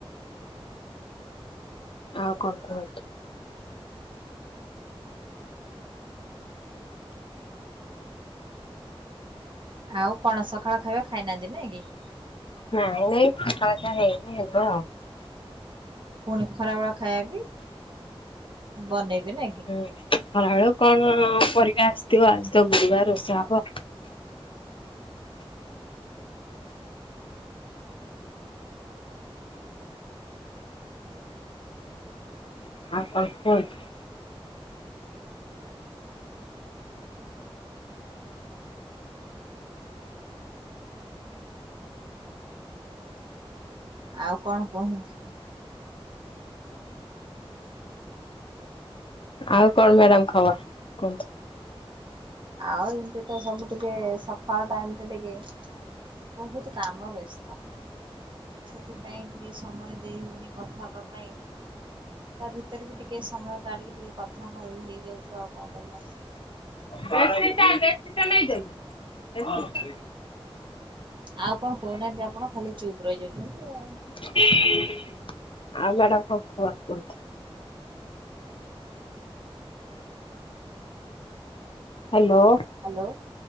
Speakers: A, on the left; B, on the right.
A: ଆଉ କଣ କୁହନ୍ତୁ?
B: ଆଉ କଣ ସକାଳ ଖାଇବା ଖାଇନାହାନ୍ତି ନାଇଁ କି?
A: ନାଇଁ ନାଇଁ ସକାଳ ଖିଆ ହେଇନି ହବ ଆଉ।
B: ପୁଣି ଖରାବେଳ ଖାଇବା ବି ବନେଇବେ ନା କି?
A: ହୁଁ, ଖରାବେେଳୁ କଣ ପରିବା ଆସିଥିବ ଆଜି ତ ଗୁରୁବାର ରୋଷେଇ <unintelligible> <unintelligible>
B: ଆଉ କଣ କୁହନ୍ତୁ?
A: ଆଉ କଣ ମ୍ୟାଡାମ ଖବର କୁହନ୍ତୁ?
B: ଆଉ ଏମତି ତ ସବୁ ଟିକେ ସକାଳ ଟାଇମ୍ ଟା ଟିକେ ବହୁତ କାମ ବ୍ୟସ୍ତ ସେଥି ପାଇଁ ଟିକେ ସମୟ ଦେଇ ହେଉନି କଥା ହେବା ପାଇଁ। ତା ଭିତରେ ବି ଟିକେ ସମୟ କାଢିକି ଟିକେ କଥା ହେଇ ହେଇଯାଉଛୁ ଆଉ କଣ କରିବା।
A: <inaudible>
B: ଆଉ କଣ କହୁନାହାନ୍ତି ଆପଣ ଖାଲି ଚୁପ୍ ରହିଯାଉଛନ୍ତି ଆଉ।
A: <inaudible> ଆଉ ମ୍ୟଡମ୍ କଣ ଖବର କୁହନ୍ତୁ। ହ୍ୟାଲୋ।
B: ହ୍ୟାଲୋ